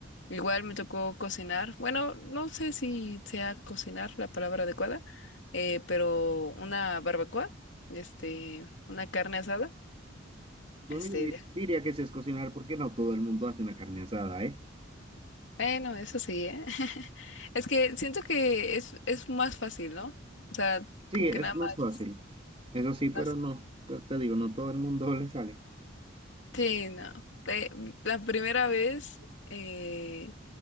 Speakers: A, on the left; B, on the right.
A: Igual me tocó cocinar. Bueno, no sé si sea cocinar la palabra adecuada, eh, pero una barbacoa, este, una carne asada,
B: Bueno,
A: este,
B: yo dir-
A: de-
B: diría que sí es cocinar porque no todo el mundo hace una carne asada, eh
A: bueno, eso sí, ¿eh? <laughs> Es que siento que es, es más fácil, ¿no? O sea,
B: Sí,
A: como
B: es
A: que nada
B: más
A: más,
B: fácil. Eso sí, pero
A: más
B: no, te, te digo, no todo el mundo <laughs> le sale.
A: Sí, no. Eh, la primera vez eh,